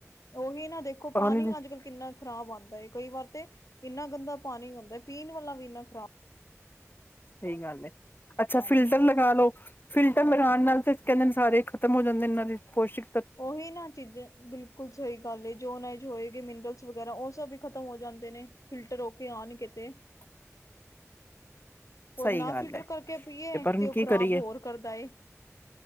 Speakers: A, on the left (about 80°); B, on the left (about 40°).
A: ਉਹੀ ਨਾ ਦੇਖੋ
B: ਪਾਣੀ
A: ਪਾਨੀ ਅੱਜ- ਕੱਲ ਕਿੰਨਾ ਖ਼ਰਾਬ ਆਂਦਾ ਕਈ ਵਾਰ ਤੇ ਇੰਨਾ ਗੰਦਾ ਪਾਣੀ ਹੁੰਦਾ ਪੀਣ ਵਾਲਾ ਵੀ ਇੰਨਾ ਖਰਾਬ
B: ਸਹੀ ਗੱਲ ਹੈ ਅੱਛਾ
A: ਪਾਣੀ
B: ਫਿਲਟਰ ਲਗ ਲਾ ਲਓ ਫਿਲਟਰ ਲਗਾਉਣ ਨਾਲ ਤੇ ਕਹਿੰਦੇ ਨੇ ਸਾਰੇ ਖ਼ਤਮ ਹੋ ਜਾਂਦੇ ਇਹਨਾਂ ਦੇ ਪੌਸ਼ਕ।
A: ਉਹੀ ਨਾ ਚੀਜ। ਬਿਲਕੁਲ ਸਹੀ ਗੱਲ ਏ ਜੋਨਾਜ ਹੋਏਗੀ ਮਿਨਰਲਸ ਵਗੈਰਾ ਉਹ ਸਭ ਵੀ ਖ਼ਤਮ ਹੋ ਜਾਂਦੇ ਨੇ। ਫਿਲਟਰ ਹੋ ਕੇ ਆਉਣਗੇ ਤੇ।
B: <inaudible> ਸਹੀ
A: ਔਰ ਨਾ
B: ਗੱਲ
A: ਫਿਲਟਰ
B: ਐ
A: ਕਰਕੇ ਪੀਏ
B: ਤੇ ਪਰ ਹੁਣ
A: ਉਹ
B: ਕੀ
A: ਖ਼ਰਾਬ
B: ਕਰੀਏ।
A: ਹੋਰ ਕਰਦਾ ਏ